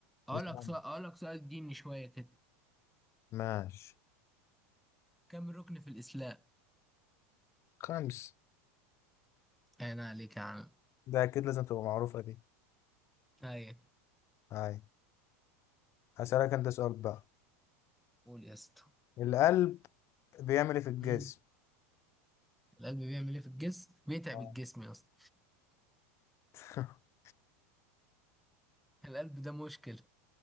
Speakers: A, in the centre; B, on the left (about 35°).
A: أقول
B: اسمع،
A: لك سؤال أقول لك سؤال ديني شوية كده
B: ماشي
A: كم ركن في الإسلام؟
B: خمس
A: أنا عليك يا عم
B: ده أكيد لازم تبقى معروفة دي
A: أيوة
B: هاي هسألك أنت سؤال بقى
A: قول يا اسطى
B: القلب بيعمل إيه في الجسم؟
A: مم. القلب بيعمل إيه في الجسم؟ بيتعب
B: آه.
A: الجسم يا اسطى
B: <laughs>
A: القلب ده مشكلة